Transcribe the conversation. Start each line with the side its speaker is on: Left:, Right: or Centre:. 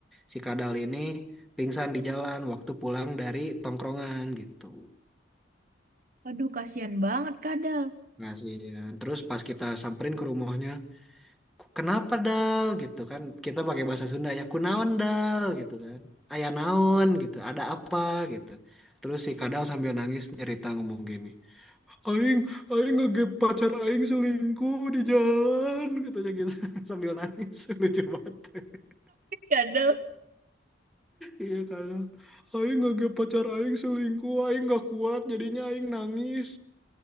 Centre: si Kadal ini pingsan di jalan waktu pulang dari tongkrongan gitu.
Right: Aduh, kasihan banget kadal.
Centre: Kasihan. Terus pas kita samperin ke rumahnya, "Ku- kenapa Dal? Gitu kan. Kita pakai bahasa Sunda ya, kunaon
Right: <laughs>
Centre: Dal? Gitu kan. Aya naon gitu, ada apa gitu. Terus si Kadal sambil nangis nyerita ngomong gini. Aing, Aing ngegep pacar Aing selingkuh di jalan, katanya gitu <laughs> sambil nangis, <laughs> lucu banget. <laughs>
Right: Kadal.
Centre: Iya kalau Aing ngegep pacar Aing selingkuh, Aing nggak kuat, jadinya Aing nangis.